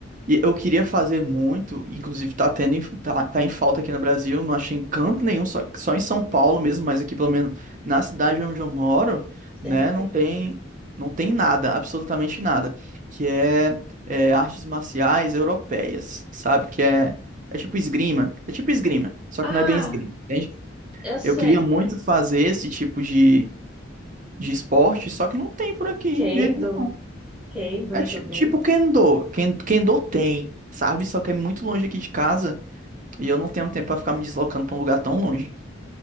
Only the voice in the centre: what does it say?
Será
que-
Ah,
eu sei.
Kendo.
Kendall
também.